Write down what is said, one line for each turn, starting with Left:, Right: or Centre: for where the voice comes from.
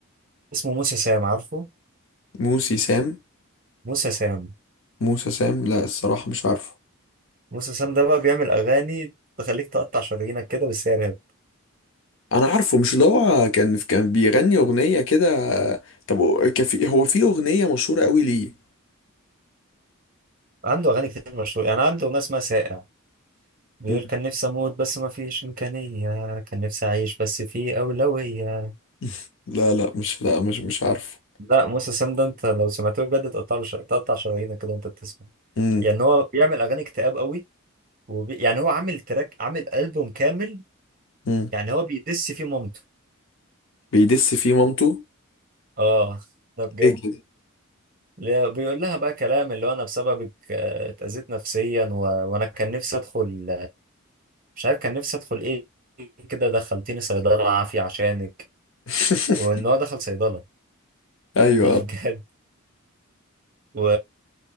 Right: اسمه موسى سام عارفه
Left: موسي سام
Right: موسى سام
Left: موسى سام لا الصراحة مش عارفه
Right: موسى سام ده بقى بيعمل اغاني تخليك تقطع شرايينك كده بس هي راب.
Left: أنا عارفه مش اللي هو كان كان بيغني أغنية كده طب هو كان في هو في أغنية مشهورة قوي ليه
Right: عنده أغاني كتير مشهورة يعني عنده أغنية اسمها ساقع بيقول
Left: مم.
Right: كان نفسي أموت بس ما فيش إمكانية كان نفسي أعيش بس في أولوية
Left: <laughs> لا لا مش لا مش مش عارفه
Right: لا موسى سام ده أنت لو سمعته بجد تقطع له ش- تقطع شرايينك كده وأنت بتسمع
Left: امم
Right: يعني هو بيعمل أغاني اكتئاب قوي وبي... يعني هو عامل تراك عامل ألبوم كامل
Left: امم
Right: يعني هو بيدس فيه مامته
Left: بيدس فيه مامته
Right: آه ده بجد
Left: ايه كده
Right: لا، بيقول لها بقى كلام اللي هو أنا بسببك آه، اتأذيت نفسيا و... وأنا كان نفسي أدخل مش عارف كان نفسي أدخل إيه كده دخلتيني صيدلة عافية عشانك
Left: <laughs>
Right: وان هو دخل صيدله
Left: ايوه
Right: <laughs> ده
Left: آه.
Right: بجد و...